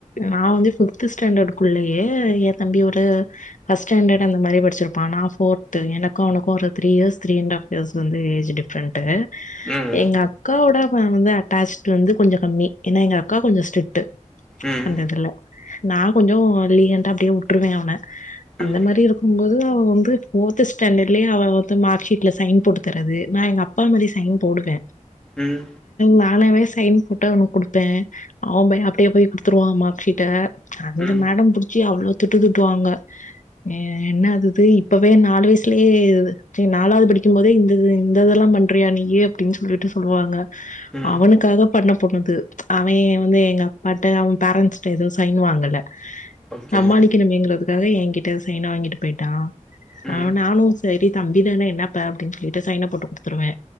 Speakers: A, on the left (about 75°); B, in the centre.
A: நா வந்து பிஃப்த் ஸ்டாண்டர்டு் குள்ளயே தம்பியோட ஃபஸ்ட்ஸ்டாண்டர் அந்த மாதிரி படிச்சிருப்பா நா ஃபோர்த்து எனக்கு அவனுக்கு ஒரு த்ரி இயர்ஸ் த்ரிஅண்ட் இயர்ஸ் வ‌ந்து ஏஜ் டிஃப்ரன்ட்
B: ம்
A: எங்க அக்காவோட வந்து அவன் அட்டாச் வந்து கொஞ்சோ கம்மி ஏன்னா எங்க அக்கா கொஞ்சோ ஸ்ட்ரிக்ட்
B: ம்
A: அந்த இதுல நான் கொஞ்சோ லீகன்டா அப்டியே விட்ருவே அவன அந்த
B: ம்
A: மாரி இருக்கு போது அவ வந்து ஃபோர்த் ஸ்டாண்டர்ட்லயே அவ வந்து மார்க் ஷீட்ல சைன் போட்டுதர்றது நா எங்க அப் அப்பா மாரி சைன் போடுவே
B: உம்
A: நானவே சைன் போட்டு அவனுக்கு குடுப்பே அவே போய் அப்டியே போய் குடுத்துருவா மார்க்க்ஷீட்ட அந்த
B: ம்
A: மேடம் புடிச்சி அவ்ளோ திட்டு திட்டுவாங்க ஏ என்னாது இது இப்பவே நாலு வயசுலயே ச நாலாவது படிக்கும் போதே இந்தது இந்த இதெல்லா பண்றியா நீயி அப்டின்னு சொல்லிட்டு சொல்லுவாங்க
B: ம்
A: அவனுக்காக பண்ணப் போணுது அவே வந்து எங்க அப்பாட்ட அவன் பேரண்ட்ஸ்ட்ட ஏதும் சைன் வாங்கல
B: ஓகே
A: சமாளிக்கணுமேங்கிறதுக்காக என்கிட்ட சைன வாங்கிட்டு போயிட்டா
B: ம்
A: ஆ நானு சரி தம்பி தானே என்னா இப்ப அப்டின்னு சொல்லிட்டு சைன போட்டு குடுத்துருவே